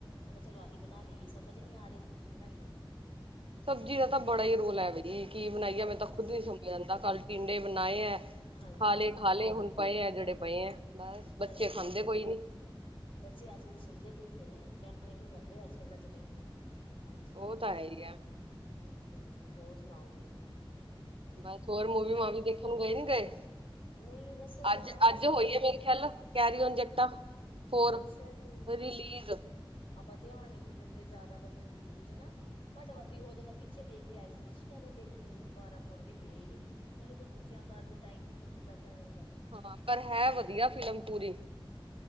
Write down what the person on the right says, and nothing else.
ਸਬਜੀ ਦਾ ਤੇ ਬੜਾ ਈ ਰੋਲਾ ਐ ਬਈ ਕੀ ਬਨਾਈਏ।
ਮੈਂ ਤਾਂ ਖੁਦ ਨੀ ਸਮਝ
ਆਂਦਾ ਕੱਲ ਟਿੰਡੇ ਬਨਾਏ ਐ।
ਖਾ ਲੇ ਖਾ ਲੇ ਹੁਣ ਪਏ ਐ ਜੇੜੇ ਪਏਂ ਐ ਬਸ। ਬੱਚੇ
ਖਾਂਦੇ
ਕੋਈ
ਨੀ।
ਉਹ ਤਾਂ ਹੈ ਹੀ ਐ।
ਬਸ ਹੋਰ ਮੂਵੀ ਮਾਵੀ ਦੇਖਨ ਗਏ ਨੀ ਗਏ?
ਅੱਜ
ਅੱਜ
ਹੋਈ ਐ ਮੇਰੀ ਚਲ ਕੈਰੀ ਓਨ ਜੱਟਾ। ਫੋਰ
ਰਿਲੀਜ਼
ਹਾਂ। ਪਰ ਹੈ ਵਧੀਆ ਫਿਲਮ ਪੂਰੀ।